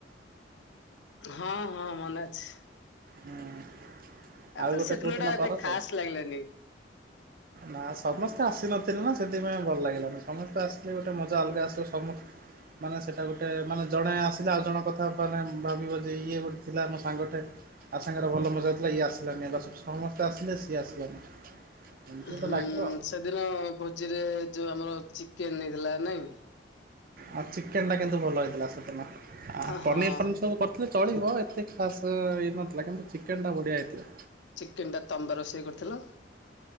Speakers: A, on the left; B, on the right.
A: ହଁ ହଁ ମନେ ଅଛି।
B: ହୁଁ
A: ଆକ୍ଚୁଆଲି
B: ଆଉ ଗୋଟେ
A: ସେଦିନ
B: କୋଉଦିନ
A: ଟା ଏତେ
B: କରନ୍ତେ?
A: ଖାସ୍ ଲାଗିଲାନି।
B: ନା ସମସ୍ତେ ଆସିନଥିଲେ ନା ସେଥିପାଇଁ ଭଲ ଲାଗିଲାନି ସମସ୍ତେ ଆସିଲେ ଗୋଟେ ମଜା ଅଲଗା ଆସିବ ସମସ୍ତେ ମାନେ ସେଇଟା ଗୋଟେ ମାନେ ଜଣେ ଆସିଲା ଆଉ ଜଣେ କଥା ମାନେ ଭାବିବ ଯେ ଇଏ ଗୋଟେ ଥିଲା ମୋ ସାଙ୍ଗଟେ ଆ ସାଙ୍ଗରେ ଭଲ ମଜା ଥିଲା ଇଏ ଆସିଲାନି, ଆଗ ସମସ୍ତେ ଆସିଲେ ସିଏ ଆସିଲାନି। ଏମିତି ଗୋଟେ
A: ହୁଁ
B: ଲାଗିବ ଆଉ।
A: ସେଦିନ ଭୋଜିରେ ଯୋଉ ଆମର ଚିକେନ ହେଇଥିଲା ନାଇଁ?
B: ଆଉ ଚିକେନଟା କିନ୍ତୁ ଭଲ ହେଇଥିଲା ସେଦିନ। ପନିର
A: ହଁ
B: ଫନିର ସବୁ କରିଥିଲେ ଚଳିବ। <unintelligible> ଚିକେନଟା ବଢ଼ିଆ ହେଇଥିଲା।
A: ଚିକେନଟା ତମେତ ରୋଷେଇ କରିଥିଲ।